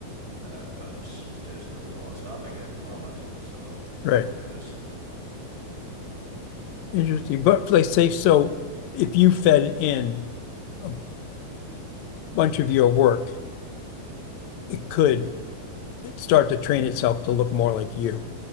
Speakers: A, on the right; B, on the left.
A: Uh, but there's no law stopping it at the moment, so it is
B: Right.
A: what it is.
B: Interesting. But like say so if you fed in a bunch of your work, it could it start to train itself to look more like you.